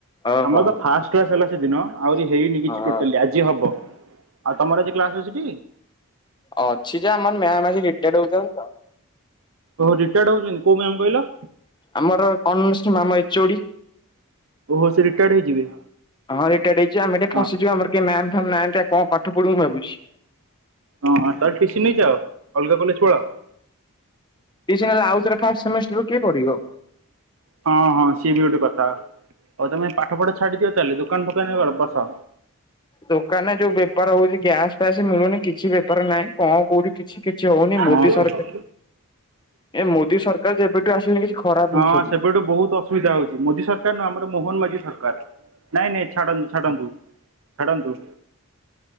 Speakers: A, on the left; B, on the right.
A: ଓହୋ
B: ଆମର ତ ଫାଷ୍ଟକ୍ଲାସ ହେଲା ସେଦିନ। ଆହୁରି ହେଇନି କିଛି
A: ହଁ
B: ଟୋଟାଲି ଆଜ ଆଜି ହବ। ଆଉ ତମରଆଜି କ୍ଲାସ ହେଇଚିଟି?
A: ଅଛି ଯେ ଆମର ମାମ୍ ଆଜି ରିଟାୟାର୍ଡ ହଉଛନ୍ତି ତ।
B: ଓହୋ ରିଟାୟାର୍ଡ ହଉଛନ୍ତି। କୋଉ ମ୍ୟାମ୍ କହିଲ?
A: ଆମର ଅନର୍ଷ ମାମ ଏଚଓଡ଼ି।
B: ଓହୋ ସେ ରିଟାୟାର୍ଡ ହେଇଯିବେ?
A: ହଁ ରିଟାୟାର୍ଡ଼ ହେଇଜିବେ। ଆମ ଏଠି
B: ହଁ
A: ଫସିଚୁ ଆମର କେହି ମ୍ୟାମ୍ ଫ୍ୟାମ୍ ନାହାନ୍ତି ଆଉ କଣ ପାଠ ପଢ଼ିବୁ ଭାବିଚୁ।
B: ହଁ, ତ ଟିସି ନେଇଯାଅ। ଅଲଗା କଲେଜ ପଳାଅ।
A: ଟିଏ ସମୟରେ ଆଉଥରେ ଫାଷ୍ଟ ସେମିଷ୍ଟରକୁ କିଏ ପଢ଼ିବ?
B: ହଁ ହଁ ସିଏ ବି ଗୋଟେ କଥା। ହଉ ତମେ ପାଠପଢ଼ା ଛାଡିଦିଅ ତାହେଲେ, ଦୋକାନ ଫୋକାନ ରେ ବସ।
A: ଦୋକାନରେ ଯୋଉ ବେପାର ହଉଚି ଗ୍ୟାସ ଫ୍ୟାସ ମିଳୁନି କିଛି ବେପ ଆର ନାଇଁ। କଣ କୋଉଠି କିଛି କିଛି ହଉନି ମୋଦି
B: ହଁ
A: ସରକାର ଏ ମୋଦି ସରକାର ଯେବେଠୁ ଆସିଲେଣି କିଛି ଖରାପ ହଉଛି
B: ହଁ
A: ସବୁ।
B: ସେବେଟୁ ବହୁତ ଅସୁବିଧା ହଉଚି। ମୋଦି ସରକାର ନୁହ ଆମର ମୋହନମାଝି ସରକାର। ନାଇଁ ନାଇଁ ଛାଡ଼ନ୍ତୁ ଛାଡ଼ନ୍ତୁ ଛାଡ଼ନ୍ତୁ।